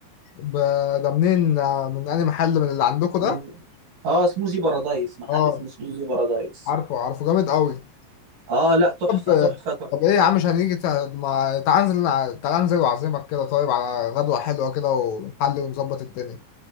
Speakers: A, on the left (about 75°); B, on the right (about 75°).
A: ب- ده منين آه، من أي محل من اللي عندكم
B: من
A: ده
B: اه سموزي بارادايس محل
A: اه
B: اسمه سموزي بارادايس
A: عارفه عارفه جامد قوي
B: اه لا تحفه
A: طب
B: تحفه تحفه
A: طب ايه يا عم مش هنيجي تع- ما تعال انزل تعال انزل واعزمك كده طيب على غدوة حلوة كده ونحل ونظبط الدنيا